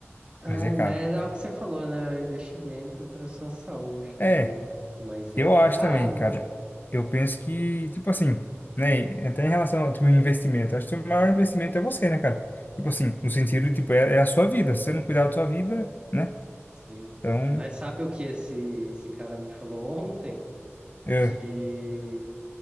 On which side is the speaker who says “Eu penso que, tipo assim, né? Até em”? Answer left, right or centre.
Left